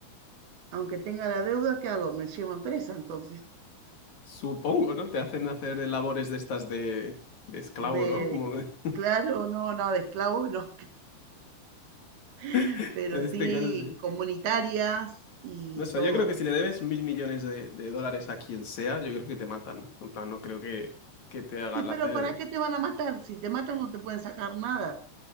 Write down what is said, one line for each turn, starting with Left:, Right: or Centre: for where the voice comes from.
Right: aunque tenga la deuda, ¿qué hago? Me llevan presa entonces.
Left: Supongo, ¿no? Te hacen hacer labores de estas de, de esclavo,
Right: De,
Left: ¿no? Como de-
Right: claro, no, no, de esclavo, no, <laughs>
Left: <laughs>
Right: pero
Left: en
Right: sí
Left: este caso, sí.
Right: comunitarias y
Left: No sé,
Right: todo.
Left: yo creo que si le debes mil millones de, de dólares a quien sea, yo creo que te matan. En plan, no creo que, que te hagan
Right: Sí, pero
Left: hacer
Right: ¿para qué te van a matar? Si te matan no te pueden sacar nada.